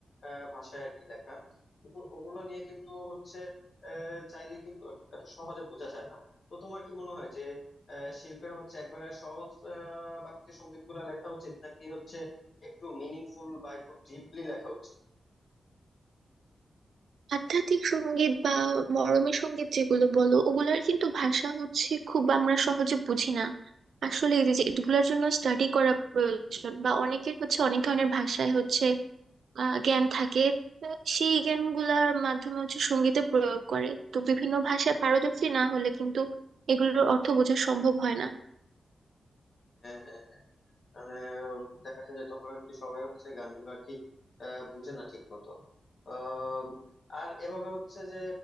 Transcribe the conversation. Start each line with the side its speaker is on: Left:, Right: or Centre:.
Left: আহ, ভাষায় আর কি লেখা ওগু- ওগুলো নিয়ে কিন্তু হচ্ছে আহ, চাইলে কিন্তু এত সহজে বোঝা যায় না তো তোমার কি মনে হয় যে আহ, শিল্পের হচ্ছে একবারে সহজ আহ, বাক্যে সংগীত গুলা লেখা উচিত নাকি হচ্ছে একটু মিনিংফুল বা একটু ডিপলি লেখা উচিত
Right: আধ্যাত্মিক সঙ্গীত বা মরমী সঙ্গীত যেগুলো বলো ওগুলার কিন্তু ভাষা হচ্ছে খুব আমরা সহজে বুঝি না আসলে এই যে এগুলোর জন্য স্টাডি করা প্রয়োজন বা অনেকের হচ্ছে অনেক ধরনের ভাষায় হচ্ছে আহ, জ্ঞান থাকে আহ, সেই জ্ঞানগুলার মাধ্যমে হচ্ছে সঙ্গীতে প্রয়োগ করে তো বিভিন্ন ভাষায় পারদর্শী না হলে কিন্তু এগুলোর অর্থ বোঝা সম্ভব হয় না
Left: হ্যাঁ হ্যাঁ মানে দেখা যায় যে তখন আর কি সবাই হচ্ছে গানগুলো আর কি আহ, বুঝে না ঠিক মতো আহ, আর এভাবে হচ্ছে যে